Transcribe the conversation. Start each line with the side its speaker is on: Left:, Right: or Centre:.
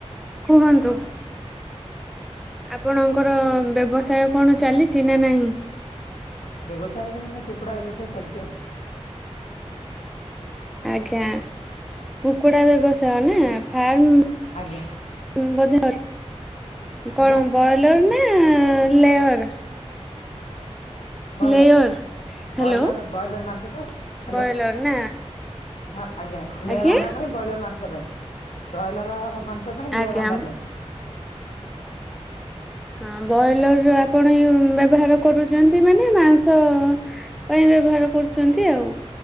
Centre: କୁହନ୍ତୁ? ଆପଣଙ୍କର ବ୍ୟବସାୟ କଣ ଚାଲିଛି ନା ନାହିଁ?
Left: ବ୍ୟବସାୟ ମାନେ କୁକୁଡ଼ା ବ୍ୟବସାୟ ଚାଲଚି ଆଉ।
Centre: ଆଜ୍ଞା କୁକୁଡା ବ୍ୟବସାୟ ନା ଫାର୍ମ
Left: ଆଜ୍ଞା
Centre: ତୁମ ବୋଧେ ଅ
Left: ଆଜ୍ଞା
Centre: କଣ ବଏ ଲର୍ ନା layer.
Left: Broiler
Centre: layer hello
Left: broiler broiler ମାଂସ ପାଇଁ ହାଲୋ
Centre: ବ୍ରଏଲର ନା
Left: ହଁ ଆଜ୍ଞା ଲେୟର
Centre: ଆଜ୍ଞା
Left: ଅଣ୍ଡା ପାଇଁ ବଏଲର ମାଂସ ପାଇଁ ବଏଲର ମାଂସ ପାଇଁ ଲେୟର
Centre: ଆଜ୍ଞା
Left: ଅଣ୍ଡା ପାଇଁ।
Centre: ହଁ ବଏଲର ର ଆପଣ ୟୁ ବ୍ୟବହାର କରୁଚନ୍ତି ମାନେ ମାଂସ ପାଇଁ ବ୍ୟବହାର କରୁଚନ୍ତି ଆଉ।